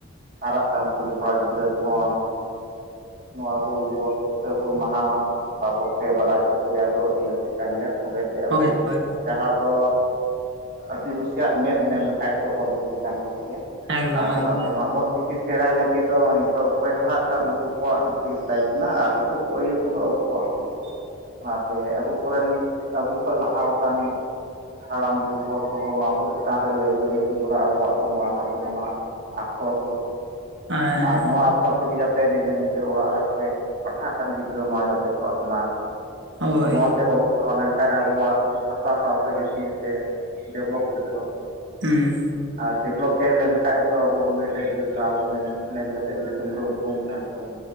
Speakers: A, on the right; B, on the right.
A: ᱦᱟᱨᱟᱜ ᱠᱟᱱ ᱠᱩᱲᱤ ᱠᱚᱲᱟ ᱜᱤᱫᱽᱨᱟᱹ ᱠᱚᱦᱚᱸ ᱱᱚᱣᱟ ᱦᱩᱞ ᱫᱤᱵᱚᱥ ᱥᱮ ᱦᱩᱞ ᱢᱟᱦᱟᱣᱟ ᱵᱟᱵᱚᱫ ᱛᱮ ᱵᱟᱰᱟᱭ ᱪᱚ ᱠᱚ ᱨᱮᱭᱟᱜ ᱫᱚ ᱟᱹᱰᱤ ᱞᱟᱹᱠᱛᱤ ᱠᱟᱱ ᱜᱮᱭᱟ ᱥᱚᱸᱜᱮᱛᱮ ᱟᱵᱚ
B: ᱦᱳᱭ ᱦᱳᱭ
A: ᱡᱟᱦᱟᱸ ᱫᱚ ᱟᱹᱫᱤᱵᱟᱹᱥᱤᱭᱟᱜ ᱢᱮᱫ ᱢᱮᱱ ᱞᱮᱠᱷᱟᱡ ᱫᱚ ᱚᱞ ᱪᱤᱠᱤ ᱠᱟᱱ ᱛᱟᱵᱚ ᱜᱮᱭᱟ
B: ᱮᱠᱫᱚᱢ
A: ᱟᱨ
B: ᱮᱠᱫᱚᱢ
A: ᱚᱱᱟᱛᱮ ᱱᱚᱣᱟ ᱚᱞ ᱪᱤᱠᱤ ᱥᱮᱬᱟᱭ ᱞᱟᱹᱜᱤᱫ ᱫᱚ ᱱᱤᱛᱚᱜ ᱚᱠᱚᱭ ᱦᱟᱨᱟᱜ ᱠᱟᱱ ᱩᱱᱠᱩ ᱠᱚᱣᱟᱜ ᱰᱷᱤᱨ ᱫᱟᱭ ᱠᱟᱱᱟ ᱟᱨ ᱩᱱᱠᱩ ᱠᱩ ᱟᱹᱭᱩᱨ ᱠᱚᱫᱚ ᱟᱵᱚ ᱠᱚᱣᱟᱜ᱾
B: <inaudible>
A: ᱠᱟᱱ ᱜᱮᱭᱟ ᱚᱱᱟᱛᱮ ᱟᱵᱚ ᱠᱚᱨᱮᱱ ᱟᱵᱚ ᱠᱷᱚᱡ ᱞᱟᱦᱟᱣ ᱠᱟᱱ ᱦᱟᱲᱟᱢ ᱵᱩ ᱦᱚᱲ ᱠᱚᱦᱚᱸ ᱱᱚᱣᱟ ᱠᱚ ᱪᱮᱛᱟᱱ ᱨᱮ ᱞᱟᱹᱭ ᱥᱟᱹᱲᱤᱣ ᱠᱚ ᱡᱚᱲᱟ ᱟᱵᱚᱣᱟᱜ ᱫᱚ ᱱᱚᱣᱟ ᱠᱟᱱ ᱛᱟᱵᱚᱱᱟ ᱟᱠᱷᱚᱨ ᱫᱚ᱾
B: ᱦᱮᱸ ᱦᱮᱸ
A: ᱟᱨ ᱱᱚᱣᱟ ᱟᱠᱷᱚᱨ ᱛᱤᱜᱤ ᱡᱟ ᱛᱮ ᱱᱤᱡᱮᱨ ᱱᱤᱡᱮᱨ ᱚᱲᱟᱜ ᱨᱮ ᱚᱠᱚᱭ ᱯᱟᱲᱦᱟᱜ ᱠᱟᱱ ᱜᱤᱫᱽᱨᱟᱹ ᱱᱚᱣᱟ ᱡᱟᱛᱮ ᱠᱚ ᱟᱯᱱᱟᱨ᱾
B: ᱦᱳᱭ
A: ᱛᱚ ᱱᱚᱣᱟ ᱛᱮ ᱚᱞᱚᱜ ᱯᱟᱲᱦᱟᱣ ᱞᱮᱱᱠᱷᱟᱡ ᱟᱵᱚᱣᱟᱜ ᱵᱷᱟᱥᱟ ᱥᱟᱶᱛᱮ ᱡᱟᱹᱛᱞᱤ ᱛᱮ ᱰᱮᱵᱷᱞᱚᱯ ᱦᱤᱡᱩᱜᱼᱟ᱾
B: ᱦᱩᱸ᱾
A: ᱟᱨ ᱰᱮᱵᱷᱚᱞᱚᱯ ᱦᱮᱡ ᱞᱮᱱᱠᱷᱟᱡ ᱛᱚ ᱟᱵᱚ ᱦᱚᱸ ᱢᱤᱫᱴᱮᱡ ᱡᱟᱹᱛ ᱠᱟᱱᱟ ᱵᱚᱱ ᱢᱮ ᱢᱮᱱ ᱠᱟᱛᱮ ᱫᱤᱥᱚᱢ ᱨᱮ ᱩᱯᱨᱩᱢ ᱛᱟᱦᱮᱸᱱ ᱛᱟᱵᱚᱱᱟ᱾